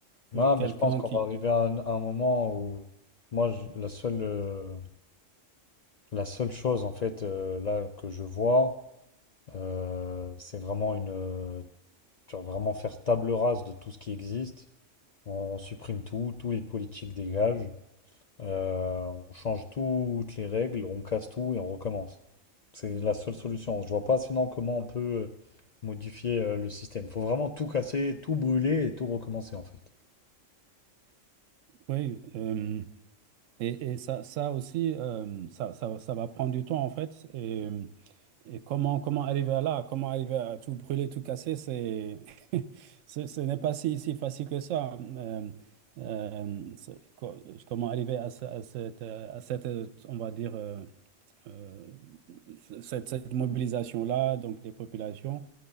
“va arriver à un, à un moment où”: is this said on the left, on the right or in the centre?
Left